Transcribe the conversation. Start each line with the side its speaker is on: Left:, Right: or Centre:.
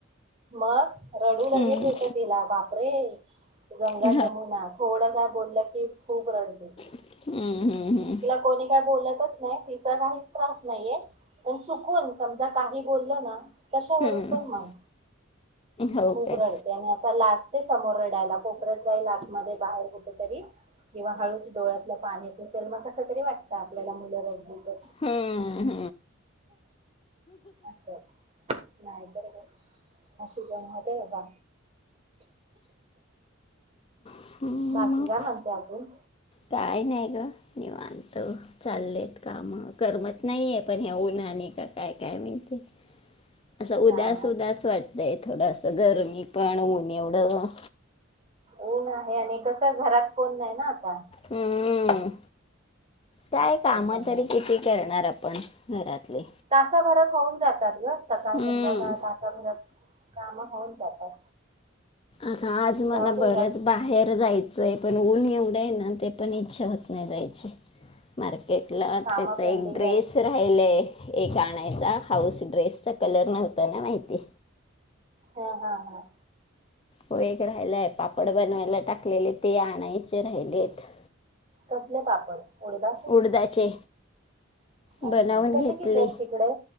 Right: मग रडू लगेच
Left: हम्म
Right: येतं तिला बापरे गंगा
Left: हो
Right: जमुनात थोडं का बोललं की खूप रडते त
Left: हम्म हम्म हम्म.
Right: कोणी काय बोलतच नाही तिचा काहीच त्रास नाहीये. पण चुकून समजा काही बोलल ना कशावरून
Left: हम्म.
Right: पण मन
Left: हो
Right: खूप
Left: काय
Right: रडते आणि आता लाचते समोर रडायला कोपऱ्यात जाईल आतमध्ये बाहेर कुठेतरी किंवा हळूच डोळ्यातलं पाणी पुसेल मग कस तरी वाटतं आपल्याला मुलं रडली तर.
Left: हम्म
Right: असं नाही बर. अशी गन बाबा.
Left: हम्म
Right: बाकी
Left: मग
Right: काय म्हणते अजून?
Left: काय नाय ग. निवांत चाललेत काम करमत नाहीे पण ह्या ऊना न का काय माहिती? असं
Right: हा
Left: उदास उदास वाटतंय थोडस गरमी पण होऊन एवढं.
Right: ऊन आहे आणि कस घरात कोण नाही ना आता.
Left: हम्म काय काम
Right: त्याच्यामुळे
Left: तरी किती करणार आपण. घरातले.
Right: तासाभरात होऊन जातात ग सकाळ
Left: हम्म
Right: संध्याकाळ तासाभरात काम होऊन जातात
Left: आता आज
Right: जाऊ
Left: मला
Right: दे
Left: बरच
Right: या
Left: बाहेर जायचंय पण ऊन एवढं आहे ना ते पण इच्छा होत नाही जायची मार्केटला
Right: कामं
Left: त्याचा
Right: पेंडिंग
Left: एक ड्रेस
Right: आहेत.
Left: राहिलय एक आणायचा हाऊस ड्रेसचा कलर नव्हता ना माहिती.
Right: हा हा हा.
Left: व वेग राहिलाय पापड बनवायला टाकलेले ते आणायचे राहिलेत.
Right: कसले पापड? उडदाचे?
Left: उडदाचे.
Right: अच्छा
Left: बनवून
Right: कसे
Left: घेतले
Right: किलोत तिकडे?